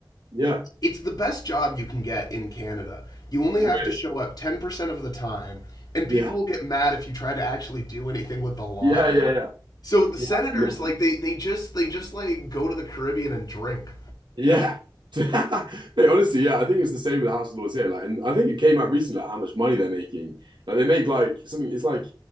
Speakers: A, on the right; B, on the left.
A: Yeah,
B: it's the best job you can get in Canada. You only
A: Really?
B: have to show up 10% of the time, and people
A: yeah,
B: will get mad if you try to actually do anything with the laws.
A: yeah, yeah, yeah.
B: So the
A: She
B: senators
A: absolutely.
B: like
A: loved
B: they they just they just like go to the Caribbean and drink.
A: it. Yeah. <laughs> Hey, honestly, yeah, I think it's the same with House of Lords here. Like, and I think it came out recently like, how much money they're making. Like, they make like something. It's like